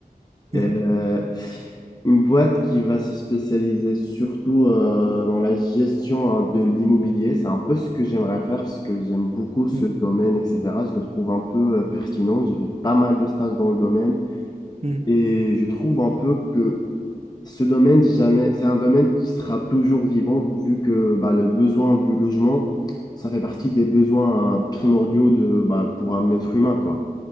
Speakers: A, on the right (about 45°); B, on the left (about 25°).
A: Mhm.
B: Euh, une boîte qui va se spécialiser surtout euh, dans la gestion hein, de l'immobilier. C'est un peu ce que j'aimerais faire parce que j'aime beaucoup ce
A: Mhm.
B: domaine, etc. Je le trouve un peu euh, pertinent. J'ai fait pas mal de stages dans le domaine
A: Mhm.
B: et je trouve un peu que ce domaine, jamais, c'est un domaine qui sera toujours vivant vu que bah, le besoin du logement, ça fait partie des besoins euh, primordiaux de, bah, pour un être humain, quoi.